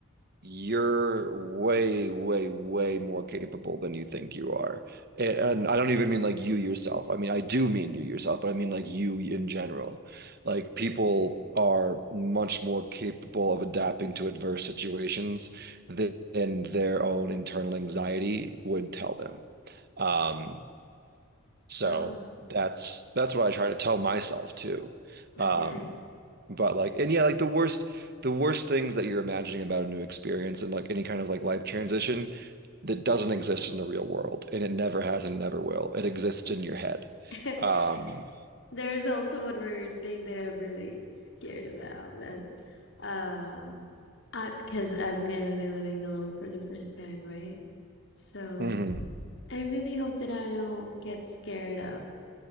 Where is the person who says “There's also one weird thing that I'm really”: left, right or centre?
Left